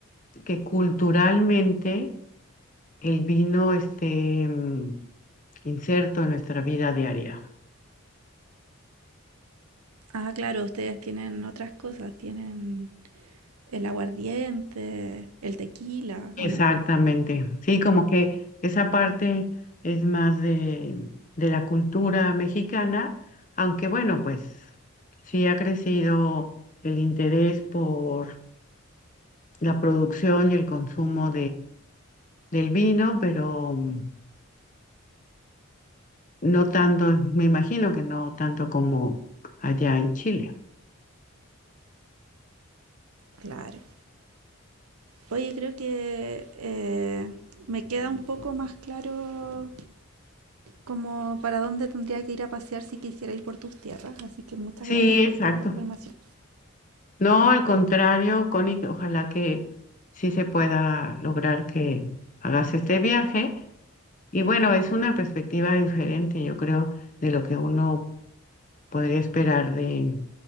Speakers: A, on the left; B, on the right.
A: que culturalmente el vino esté mm, inserto en nuestra vida diaria.
B: Ah, claro, ustedes tienen otras cosas, tienen el aguardiente, el tequila,
A: Exactamente.
B: ¿o no?
A: Sí, como que esa parte es más de, de la cultura mexicana, aunque bueno, pues sí ha crecido el interés por la producción y el consumo del vino, pero mm, no tanto, me imagino que no tanto como allá en Chile.
B: Claro. Oye, creo que eh, me queda un poco más claro como para dónde tendría que ir a pasear si quisiera ir por tus tierras. Así que muchas
A: Sí,
B: gracias por
A: exacto.
B: toda la información.
A: No, al contrario, Connie, que ojalá que sí se pueda lograr que hagas este viaje. Y bueno, es una perspectiva diferente, yo creo, de lo que uno podría esperar de,